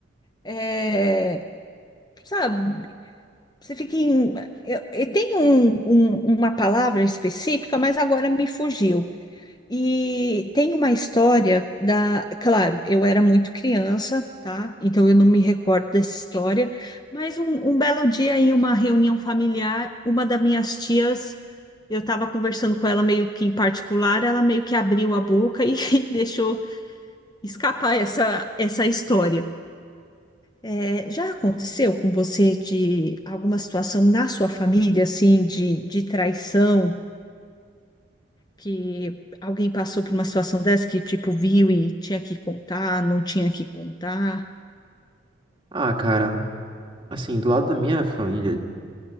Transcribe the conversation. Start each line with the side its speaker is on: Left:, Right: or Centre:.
Left: é, sabe? Você fica em. Eu, eu tenho um- um- uma palavra específica, mas agora me fugiu. E tem uma história da. Claro, eu era muito criança, tá? Então eu não me recordo dessa história. Mas um, um belo dia, em uma reunião familiar, uma das minhas tias, eu estava conversando com ela meio que em particular, ela meio que abriu a boca e <laughs> deixou escapar essa, essa história. É, já aconteceu com você de alguma situação na sua família, assim, de, de traição, que alguém passou por uma situação dessa que, tipo, viu e tinha que contar, não tinha que contar?
Right: Ah, cara, assim, do lado da minha família,